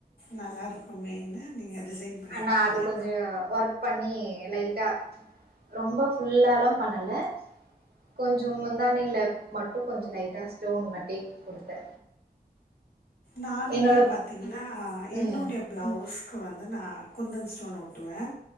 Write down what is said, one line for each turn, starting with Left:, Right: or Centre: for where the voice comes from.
Left: நல்லா இருக்குமே நீங்க டிசைன் பண்ணியிருக்கீங்க
Right: ஆனா அது கொஞ்சம் ஒர்க் பண்ணி லைட்டா ரொம்ப ஃபுல்லாலாம் பண்ணல கொஞ்சோ முந்தானையில மட்டு கொஞ்சோ லைட்டா ஸ்டோன் மாட்டி குடுத்தே
Left: நானுமே
Right: என்னோட
Left: பாத்தீங்கன்னா
Right: ம்
Left: என்னோட பிளவுஸ்க்கு வந்து நான் குந்தன் ஸ்டோன் ஓட்டுவேன்